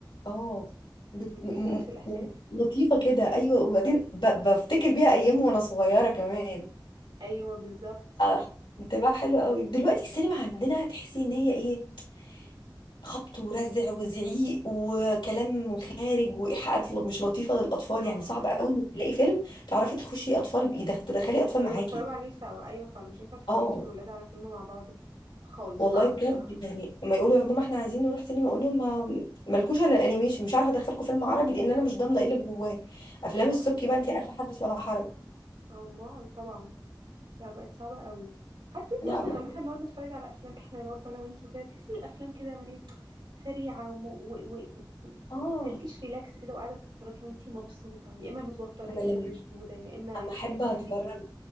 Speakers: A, on the left; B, on the right.
A: اه بت...
B: بتحسي
A: م...
B: نفس
A: م-
B: الاحساس
A: يعني لطيفه كده ايوه وبعدين
B: مم.
A: ب... بفتكر بيها ايام وانا صغيره كمان
B: ايوه بالظبط
A: آه، بتبقى حلوه قوي دلوقتي السينما عندنا هتحسي ان هي ايه خبط ورزع وزعيق وكلام خارج وايحاءات ل- مش لطيفه للاطفال
B: اه
A: يعني صعب قوي انك تلاقي فيلم تعرفي تخشي اطفال يدخ- تدخلي اطفال
B: ايوه
A: معاكي
B: تتفرجوا عليه سوا ايوه فعلا مش ينفع تتفرجي
A: اه
B: انتي والولاد على فيلم مع بعض خالص
A: والله
B: صعب
A: بجد
B: بصراحه
A: يعني لما يقولوا يا ماما احنا عايزين نروح سينما اقول لهم ما مالكوش الا الانيميشن مش عارفه ادخلكم فيلم عربي لان انا مش ضامنه ايه اللي جواه افلام
B: صح
A: السبكي
B: انتي عندك
A: بقى انت عارفه
B: حق
A: حدث ولا حرج
B: اه، امال طبعا لا بقت صعبه قوي حتى انتي
A: لا
B: اصلا
A: ما
B: لما احنا بنقعد نتفرج على افلام احنا برضه انا وانتي وكده تحسي الافلام كده يا مريم سريعه وم... و... و...
A: اه
B: ما تخليكيش ريلاكس كده وقاعده بتتفرجي وانتي مبسوطه يا اما متوتره يا
A: انا
B: اما
A: لما
B: مشدوده يا اما
A: اما
B: الفيلم
A: احب
B: بيجري
A: اتفرج